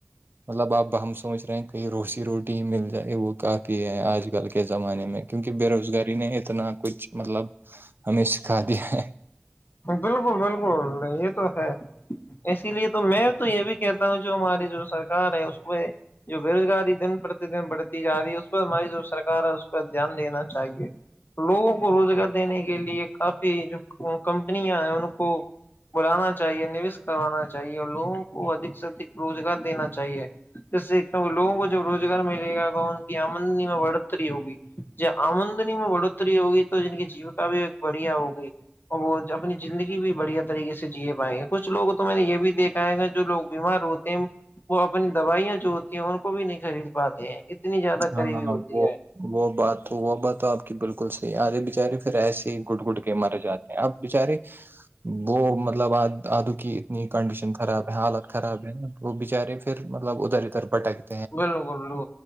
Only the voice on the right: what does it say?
مطلب اب ہم سب سمج رہے ہیں کہیں روش کی روٹی مل جائے وہ کافی ہیں آج کل کے زمانے میں کیونکہ بے روزگاری نے اتنا کچھ مطلب ہمیں سکھا دیا ہے
ہاںاں
وہ وہ بات تو وہ بات تو آپ کی بالکل صحی آ رہے بچارے پھر ایسے ہی گٹ گٹ کے مارے جاتے اب بچارے وہ مطلب آ آدو کی ن کنڈیشن خراب ہے حالت خراب ہے وہ بچارے پھرطلب ادھر ادھر پٹک گی